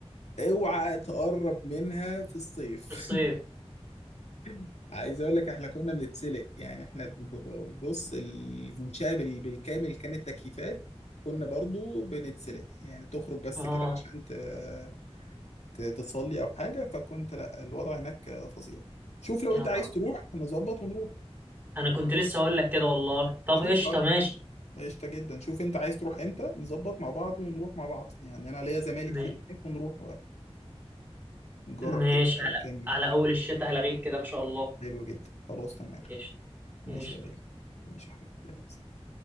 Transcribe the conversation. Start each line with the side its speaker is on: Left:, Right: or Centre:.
Left: اوعى تقرب منها في الصيف
Right: في الصيف
Left: <laughs> عايز اقول لك احنا كنا بنتسلق يعني احنا ب- ب- ب- بص المنشأة بال- بالكامل كانت تكييفات كنا برضو بنتسلق يعني تخرج بس
Right: اه
Left: كده عشان ت- ت- تصلي او حاجة فكنت لا الوضع هناك فظيع شوف لو
Right: يا
Left: انت
Right: نهار
Left: عايز تروح هنظبط ونروح
Right: انا كنت لسه هقول لك كده والله طب
Left: شوف
Right: قشطه
Left: لو انت
Right: ماشي
Left: قشطة جدا شوف انت عايز تروح امتى نظبط مع بعض ونروح مع بعض يعني انا ليا زمايلي
Right: م...
Left: كتير هناك ونروح ونجرب
Right: ماشي
Left: كده
Right: على
Left: آه، كام يوم
Right: على اول الشتاء هلغيك كده ان شاء الله
Left: حلو جدا خلاص تمام
Right: قشطه
Left: ماشي
Right: قشطه
Left: يا غالي ماشي يا حبيبي يلا.